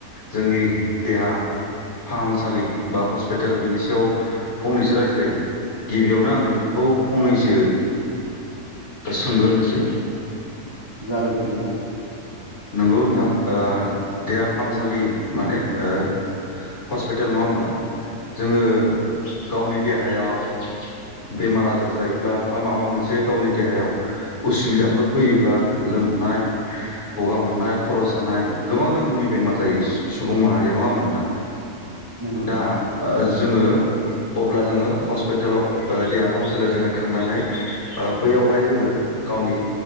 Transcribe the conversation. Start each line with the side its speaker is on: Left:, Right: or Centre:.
Left: जोंनि देहा ओ फाहामसालि बा हस्पिताल बिनि सायाव फंनैसो रायज्लायनि। गिबियावनो आं नोंथांखौ फंनैसो सोंगोरोनोसै।
Right: जागोन नोंथां।
Left: नंगौ नोंथां ओ देहा फाहामसालि माने ओ हस्पिटाल नङा होमबा जोङो गावनि देहायाव बेमार आजार जायोब्ला बा माबा मोनसे गावनि देहायाव उसुबिदा फोर फैयोब्ला लोमनाय गगा मोननाय खर' सानाय गोबां रोखोमनि बेमार जायो। सुबुं माहारिया नङा होमबा नोंथां
Right: नंगौ
Left: दा
Right: नंगौ
Left: ओ जोङो अब्ला जोङो हस्पिटालाव ओ देहा फाहामसालियाव जोङो थांनानै ओ बैयावहाय जोङो गावनि